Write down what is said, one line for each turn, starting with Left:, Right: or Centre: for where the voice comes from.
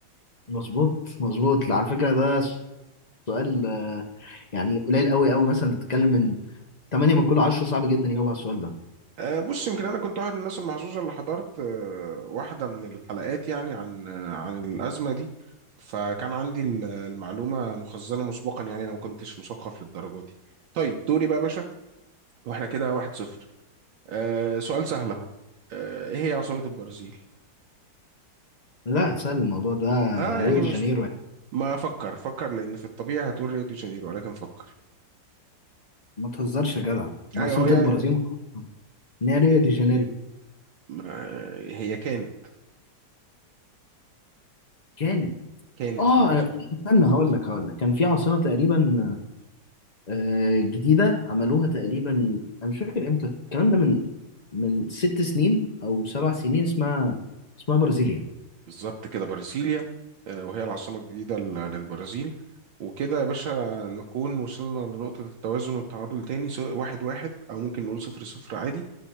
Left: مظبوط مظبوط على فكرة ده سؤال آه، يعني قليل قوي قوي مثلا انت بتتكلم من 8 من كل 10 صعب جدا يجاوب على السؤال ده
Right: آه، بص يمكن انا كنت واحد من الناس المحظوظه اللي حضرت آه، واحده من الحلقات يعني عن آه، عن الازمه دي فكان عندي ال- المعلومه مخزنه مسبقا يعني انا ما كنتش مثقف للدرجه دي طيب دوري بقى يا باشا واحنا كده واحد صفر آه، سؤال سهل اهو آه، ايه هي عاصمه البرازيل
Left: لا سهل الموضوع ده
Right: اه يعني
Left: ريو دي
Right: مش
Left: جانيرو يعني
Right: ما افكر فكر لان في الطبيعي هتقول ريو دي جانيرو ولكن فكر
Left: ما تهزرش يا جدع ده
Right: ايوه
Left: عاصمة
Right: هو يعني
Left: البرازيل معروفة ان هي ريو دي جانيرو
Right: ما هي كانت
Left: كانت
Right: كانت
Left: اه
Right: ريو دي
Left: انا
Right: جانيرو
Left: في- استنى هقول لك هقول لك كان في عاصمه تقريبا آه، جديده عملوها تقريبا انا مش فاكر امتى الكلام ده من من ست سنين او سبع سنين اسمها اسمها برازيليا
Right: بالظبط كده برازيليا آه، وهي العاصمة الجديدة لل- للبرازيل وكده يا باشا نكون وصلنا لنقطة التوازن والتعادل تاني سواء واحد واحد أو ممكن نقول صفر صفر عادي